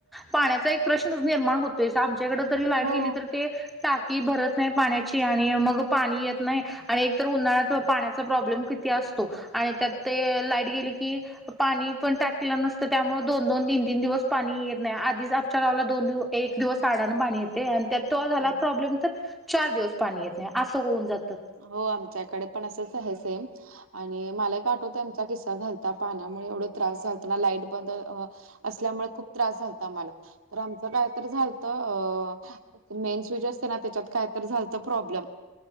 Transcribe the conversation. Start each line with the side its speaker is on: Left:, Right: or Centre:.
Centre: पाण्याचा एक प्रश्न निर्माण होत‌ आमच्याकड तरी लाईट
Right: हो
Centre: गेली तर ते टाकी भरत नाही पाण्याची आणि मग पाणी येत नाही आणि एक तर उन्हाळ्यात पाण्याचा प्रॉब्लेम असतो आणि त्यात ते लाईट गेली‌ कि पाणी पण टाकलेलं नसतं त्यामुळे दोन दोन तीन तीन दिवस पाणी येेत नाही आधीच आपच्या गावला दोन दिव एक दिवस. काडान पाणी येते आणि त्यात तो झाला
Right: हो
Centre: प्रॉब्लेम तर चार दिवस पाणी येत नाही असं होऊन जातं.
Right: हो आमच्याकडे पण असंच आहे सेम. आणि मलाय काठो त्यांचा किस्सा झालता पाण्यामुळे एवढा त्रास झालतना लाईट बंद असल्यामुळे खूप त्रास झात आम्हाला तर आमचं काय तर झालत अ मेन स्वीच असते ना त्याच्यात काय तर झालतं प्रॉब्लेम.